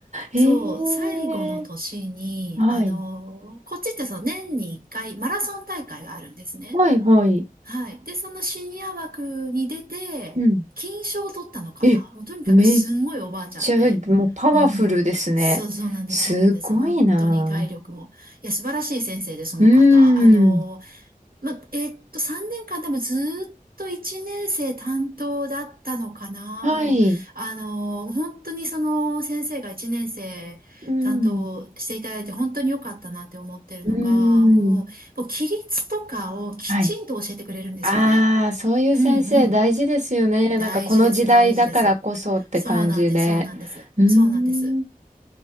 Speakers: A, on the right; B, on the right.
A: そう、
B: え
A: 最後の年に、
B: えはい。
A: あの、こっちってそう、年に一回マラソン大会があるんですね。
B: はいはい。
A: はい。で、そのシニア枠に出て、
B: うん。
A: 金賞を取ったのかなもうとにかくすんごいおばあちゃんで。
B: え、めっちゃ、もうパワフルですね。
A: うんうんうん。そうそうなんです、
B: すごいなあ
A: そうなんです。本当に体力も。いや、素晴らしい先生で、その方。
B: うーん。
A: あの、まあ、えーっと、3年間多分ずーっと1年生担当だったのかな。
B: はい。
A: もう、あのー、本当にその先生が1年生担当していただいて本当に良かったなって思ってるのが、
B: うん。うー
A: もう、
B: ん。
A: もう規律とかをきちんと教えてくれるんですよね。
B: はい。ああ、そういう先生大事ですよね。
A: うんうん。大事です、
B: なんかこの時代だからこそって感じで。
A: 大事です。そうなんです、そうなんです。
B: うー
A: そうなんです。
B: ん。